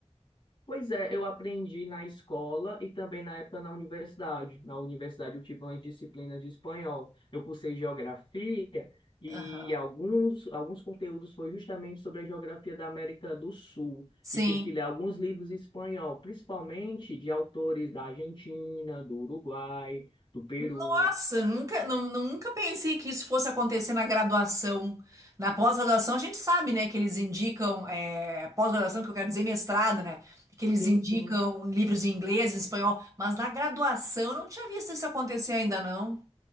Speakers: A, on the left (about 45°); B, on the right (about 30°).
A: Pois é, eu aprendi na escola e também na época na universidade. Na universidade eu tive umas disciplinas de espanhol. Eu cursei geografia e
B: Aham.
A: alguns, alguns conteúdos foi justamente sobre a geografia da América do Sul.
B: Sim.
A: E tive que ler alguns livros em espanhol, principalmente de autores da Argentina, do Uruguai, do Peru.
B: Nossa, nunca, nu- nunca pensei que isso fosse acontecer na graduação. Na pós-graduação, a gente sabe, né, que eles indicam, é, pós-graduação, que eu quero dizer mestrado, né, que eles
A: Sim,
B: indicam
A: sim.
B: livros em inglês, em espanhol, mas na graduação eu não tinha visto isso acontecer ainda, não.